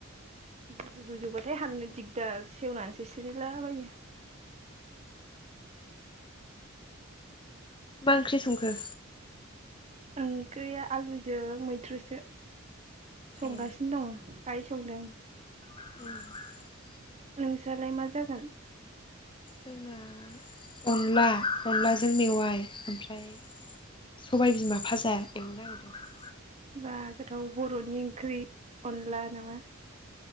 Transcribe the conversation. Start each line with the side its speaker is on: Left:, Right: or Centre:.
Right: गोजौ गोजौबाथाय हाननो दिगदार सेवनानैसो सिरिलाबायो
Left: मा ओंख्रि संखो
Right: ओंख्रिया आलुजों मैद्रुसो संगासिनो
Left: ए
Right: दं आइ संदों
Left: <inaudible>
Right: नोंस्रालाय मा जागोन
Left: जोंना अनला अनलाजों मेवाइ ओमफ्राय सबाय बिमा फाजा एवनो नागिरदों।
Right: बा गोथाव बर'नि ओंख्रि अनला नामा?